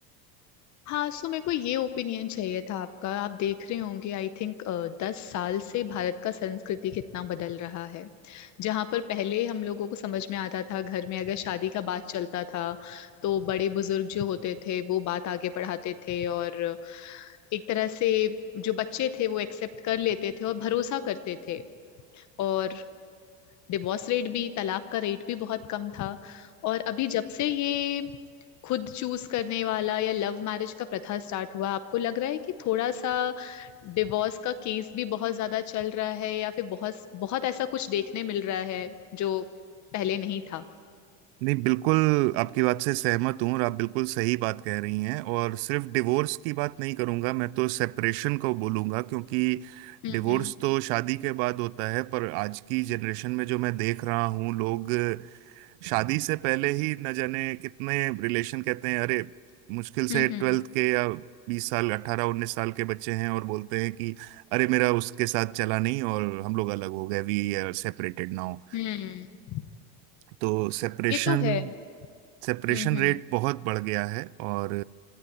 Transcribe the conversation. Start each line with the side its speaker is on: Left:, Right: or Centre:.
Left: हाँ सो मेरे को ये ओपिनियन चाहिए था आपका आप देख रहे होंगे आई थिंक दस साल से भारत का संस्कृति कितना बदल रहा है जहाँ पर पहले हम लोगों को समझ में आता था घर में अगर शादी का बात चलता था तो बड़े बुजुर्ग जो होते थे वो बात आगे बढ़ाते थे और एक तरह से जो बच्चे थे वो एक्सेप्ट कर लेते थे और भरोसा करते थे और डिवोर्स रेट भी तलाक का रेट भी बहुत कम था और अभी जब से ये खुद चूज करने वाला या लव मैरिज का प्रथा स्टार्ट हुआ आपको लग रहा है कि थोड़ा सा डिवोर्स का केस भी बहुत ज्यादा चल रहा है या फिर बहुत बहुत ऐसा कुछ देखने मिल रहा है जो पहले नहीं था
Right: नहीं बिल्कुल आपकी बात से सहमत हूँ और आप बिल्कुल सही बात कह रही हैं और सिर्फ डिवोर्स की बात नहीं करूँगा मैं तो सेपरेशन को बोलूँगा क्योंकि
Left: हम्म
Right: डिवोर्स
Left: हम्म
Right: तो शादी के बाद होता है पर आज की जनरेशन में जो मैं देख रहा हूँ लोग शादी से पहले ही न जाने कितने रिलेशन कहते हैं अरे मुश्किल से
Left: हम्म
Right: ट्वेल्थ के या बीस साल अट्ठारह उन्नीस साल के बच्चे हैं और बोलते हैं कि अरे मेरा उसके साथ चला नहीं और हम लोग अलग हो गए वी आर सेपरेटेड नाउ
Left: हम्म हम्म,
Right: तो सेपरेशन
Left: ये तो है हम्म
Right: सेपरेशन
Left: हम्म
Right: रेट बहुत बढ़ गया है और